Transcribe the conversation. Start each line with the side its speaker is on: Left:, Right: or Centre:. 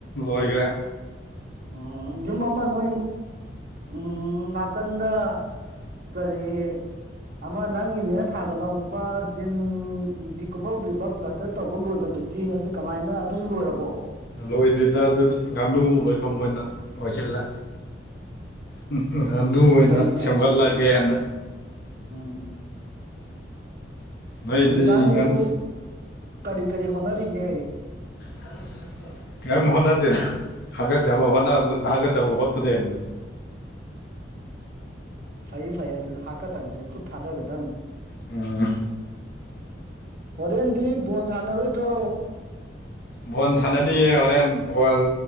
Left: ꯣꯏꯒ꯭ꯔꯦ
Right: ꯎꯝ ꯌꯨꯝ ꯑꯃ ꯅꯣꯏ ꯎꯝ ꯅꯥꯀꯟꯗ ꯀꯔꯤ ꯑꯃ ꯅꯪꯒꯤꯅꯦ ꯁꯥꯒꯠꯍꯧꯕ ꯟ ꯗꯤꯀꯣ ꯐꯧꯗ꯭ꯔꯤꯕ ꯀ꯭ꯂꯁꯇꯔ ꯇꯧꯕ ꯂꯣꯏꯕꯗꯨꯗꯤ ꯑꯗꯨ ꯀꯃꯥꯏꯅ ꯑꯗꯨꯁꯨ ꯂꯣꯏꯔꯕꯣ
Left: ꯂꯣꯏꯗ꯭ꯔꯤꯗ ꯑꯗꯨꯗꯤ ꯉꯥꯅꯨ ꯂꯣꯏꯐꯝ ꯑꯣꯏꯅ ꯑꯣꯏꯁꯤꯜꯂꯦ ꯎꯝ ꯑꯗꯨ ꯑꯣꯏꯅ
Right: ꯐꯩꯅꯦ
Left: ꯁꯦꯝꯒꯠꯂꯒꯦꯅ
Right: ꯎꯝ
Left: ꯅꯣꯏꯗꯤ
Right: ꯍꯧꯖꯤꯛꯀꯥꯟꯁꯤꯕꯨ
Left: ꯉꯟ
Right: ꯀꯔꯤ ꯀꯔꯤ ꯍꯣꯠꯅꯔꯤꯒꯦ
Left: ꯍ ꯀꯩꯝ ꯍꯣꯠꯅꯗꯦ ꯍꯥꯏꯒꯠꯖꯕ ꯍꯣꯠ ꯍꯥꯏꯒꯠ ꯖꯕ ꯍꯣꯠꯄꯗꯅ
Right: ꯐꯩ ꯐꯩ ꯑꯗꯨꯁꯨ ꯍꯥꯀꯗꯕꯁ ꯈꯨꯠ ꯊꯥꯗꯒꯗꯕ
Left: ꯎ
Right: ꯍꯣꯔꯦꯟꯗꯤ ꯕꯣꯣꯟ ꯁꯥꯟꯅꯔꯣꯏꯗ꯭ꯔꯣ
Left: ꯚꯣꯟ ꯁꯥꯟꯅꯤ ꯍꯣꯔꯦꯟ ꯜ